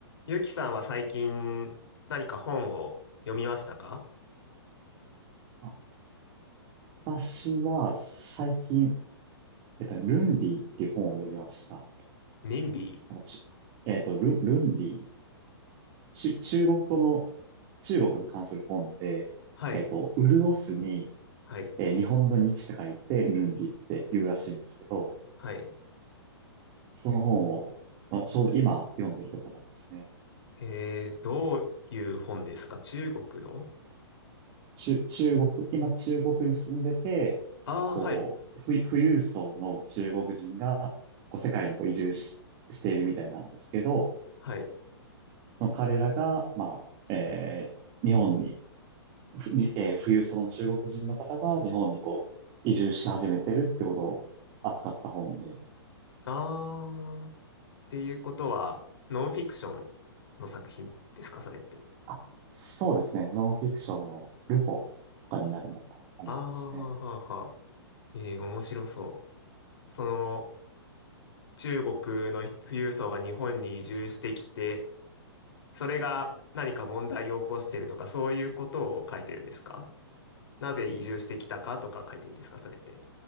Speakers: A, on the left; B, on the right.
A: ゆきさんは最近何か本を読みましたか
B: あ、私は最近、えっと、ルンリーっていう本を読みました。
A: ミンビー。
B: なんかち、えっと、ル、ルンリー、ち、中国語の、中国に関する本で、
A: はい、
B: えっと、潤すに、
A: はい、
B: えー日本の日って書いて、ルンリーって言うらしいんですけど、
A: はい。
B: その本を、まあ、ちょうど今読んでるところですね。
A: えー、どういう本ですか中国の
B: 中、中国、今中国に住んでて、
A: ああー、
B: こう、
A: はい、
B: 富富裕層の中国人が、こう、世界にこう移住し、しているみたいなんですけど、
A: はい。
B: その彼らが、まあ、えー日本に、ふにえー富裕層の中国人の方が日本にこう、移住し始めてるってことを扱った本で、
A: ああ、っていうことは、ノンフィクションの作品ですかそれって。
B: あ、そうですね。ノンフィクションのルポとかになるんだと思いますね。
A: ああ、はあはあはあはあ。えー、面白そう。その、中国の富裕層が日本に移住してきて、それが何か問題を起こしてるとか、そういうことを書いてるんですかなぜ移住してきたかとか書いてるんですか、それって。